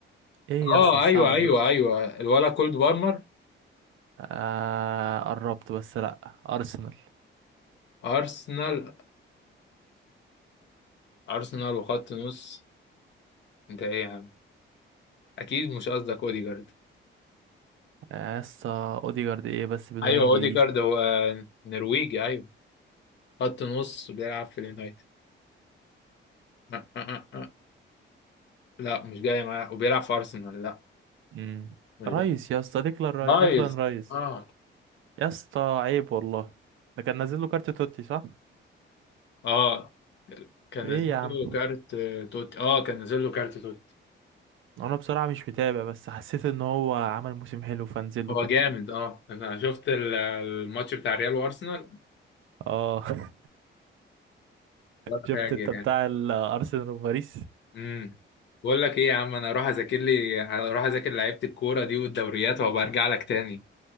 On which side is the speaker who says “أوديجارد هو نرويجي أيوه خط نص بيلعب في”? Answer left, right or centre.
Left